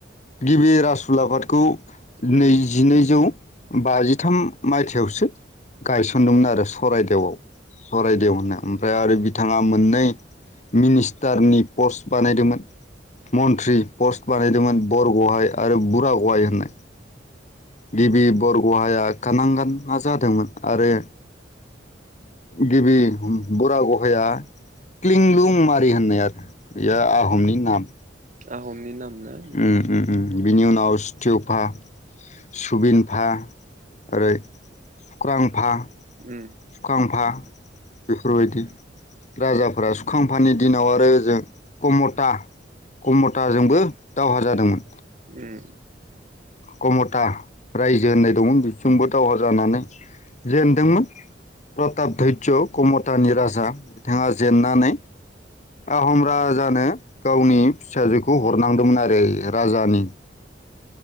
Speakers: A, on the left (about 40°); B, on the right (about 45°).
A: गिबि राज उलाफादखौ
B: उम
A: नैजिनैजौ बाजिथाम मायथायावसो गायसनदोंमोन आरो। सरायदेवआव सररायदेव होनो ओमफ्राय आरो थाङा मोननै मिनिस्टारनि पस्ट बानायदोंमोन। मन्त्रि पस्ट बानायदोंमोन बरगहाय आरो बुरा गहाय। <unintelligible> गिबि बरगहाया। खानांगोना जादोंमोन आरो गिबि बरा गहाया। क्लिं लुम माय्क होननाय आर बेयो आहमनि नाम।
B: आहमनि नाम। ना
A: उम उम बिनि उनाव स्टिउफा सुबिनफा ओरै अक्रांफा
B: उम
A: सुखांफा बेफोरबायदि राजाफोरा सुखांफानि दिनाव आरो ओजों कमथा। खमथाजोंबो। दावहा जादोंमोन।
B: उम
A: कमटा रायजो होननाय दं बिथिबो। दावहा जानानै जेनदोंमोन। प्रतपधरज कमथानि राजा। बिथाङा जेेननानै आहम राज जानो गावनि फिसाजोख- खौ हरनांदोंमोन आरो। राजानि